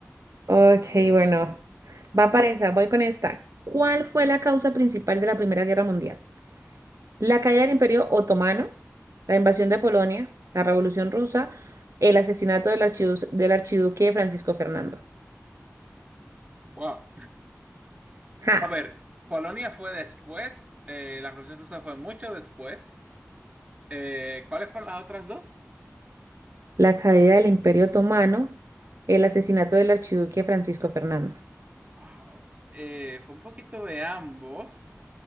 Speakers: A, on the right (about 75°); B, on the right (about 25°).
A: Ok, bueno. Va para esa, voy con esta. ¿Cuál fue la causa principal de la Primera Guerra Mundial? La caída del Imperio Otomano, la invasión de Polonia, la Revolución Rusa, el asesinato del archidu- del archiduque Francisco Fernando.
B: Wow.
A: ¡Ja!
B: A ver, Polonia fue después, eh, la Revolución Rusa fue mucho después. Eh, ¿cuáles fueron las otras dos?
A: La caída del Imperio Otomano, el asesinato del archiduque Francisco Fernando.
B: Wow. Eh, fue un poquito de ambos,